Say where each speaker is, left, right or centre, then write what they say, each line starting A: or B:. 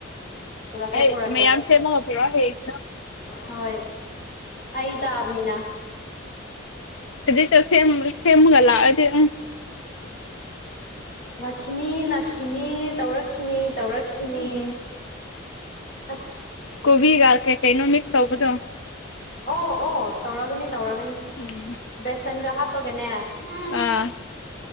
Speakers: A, on the left; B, on the left.
A: ꯄꯨꯔꯛꯀꯦ
B: ꯑꯩ
A: ꯄꯨꯔꯛꯀꯦ
B: ꯃꯌꯥꯝ ꯁꯦꯝꯃꯉꯄꯣ ꯍꯦꯛ
A: ꯍꯣꯏ ꯑꯩ ꯇꯥꯕꯅꯤꯅ
B: ꯍꯧꯖꯤꯛꯇ ꯁꯦꯝ ꯁꯦꯝꯃꯒ ꯂꯥꯛꯑꯗꯤ ꯎ
A: ꯂꯥꯛꯈꯤꯅꯤ ꯂꯥꯛꯈꯤꯅꯤ ꯇꯧꯔꯛꯈꯤꯅꯤ ꯇꯧꯔꯛꯈꯤꯅꯤ
B: ꯎꯝ
A: ꯑꯁ
B: ꯀꯣꯕꯤꯒ ꯀꯩꯇꯦꯩꯅꯣ ꯃ ꯃꯤꯛꯁ ꯇꯧꯧꯕꯗꯣ
A: ꯑꯣ ꯑꯣ ꯇꯧꯔꯒꯅꯤ ꯇꯧꯔꯒꯅꯤ
B: ꯎꯝ
A: ꯕꯦꯁꯟꯒ ꯍꯥꯞꯄꯒꯅꯦ ꯎꯝ
B: ꯑꯥ